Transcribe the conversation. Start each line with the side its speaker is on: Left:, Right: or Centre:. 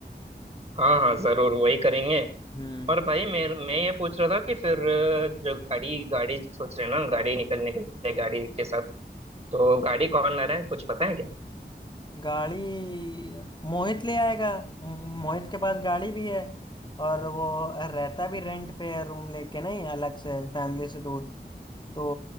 Right: हाँ हाँ जरूर वही करेंगे
Left: हम्म
Right: और भाई मैं मैं ये पूछ रहा था कि फिर अ, जो गाड़ी गाड़ी सोच रहे हैं ना गाड़ी निकलने के लिए गाड़ी के साथ तो गाड़ी कौन ला रहा है कुछ पता है क्या
Left: गाड़ी मोहित ले आएगा मो- मोहित के पास गाड़ी भी है और वो रहता भी रेंट पे है रूम लेके नहीं अलग से फैमिली से दूर तो